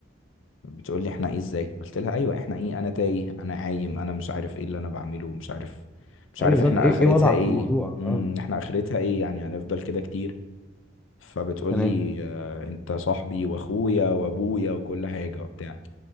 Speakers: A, on the left; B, in the centre.
A: بتقول لي احنا ايه ازاي قلت لها ايوه احنا ايه انا تايه انا عايم انا مش عارف ايه اللي انا بعمله مش عارف مش عارف
B: ايوه بالظبط
A: احنا
B: ايه
A: اخرتها
B: إيه وضعك
A: ايه
B: في الموضوع
A: امم
B: اه
A: احنا اخرتها ايه يعني هنفضل كده كتير فبتقول
B: تمام
A: لي اه انت صاحبي واخويا وابويا وكل حاجه وبتاع